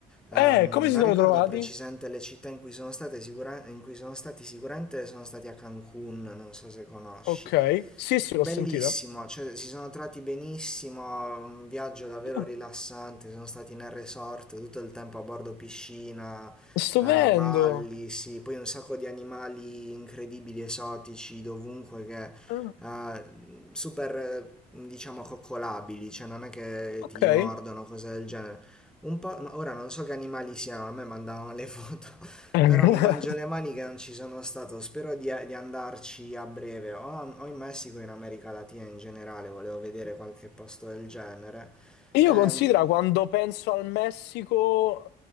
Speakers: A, in the centre; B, on the left.
A: Ehm,
B: Eh, come si
A: non
B: siamo
A: ricordo
B: trovati?
A: precisamente le città in cui sono state sicura- in cui sono stati, sicuramente sono stati a Cancun, non so se conosci.
B: Ok. Sì, sì,
A: Bellissimo,
B: l'ho sentita.
A: cioè si sono trovati benissimo, un viaggio davvero
B: Ah,
A: rilassante, sono stati nel resort tutto il tempo a bordo piscina,
B: Stupendo.
A: eh, balli, sì, poi un sacco di animali incredibili, esotici, dovunque che
B: Ah,
A: eh, super eh, diciamo coccolabili, cioè non è che
B: ok.
A: ti mordono, cose del genere. Un po', no, ora non so che animali siano, a me mandavano le foto
B: <laughs>
A: <laughs> Però mi mangio le mani che non ci sono stato, spero di, di andarci a breve, o, o in Messico o in America Latina in generale, volevo vedere qualche posto del genere.
B: Io
A: Ehm,
B: considero quando penso al Messico,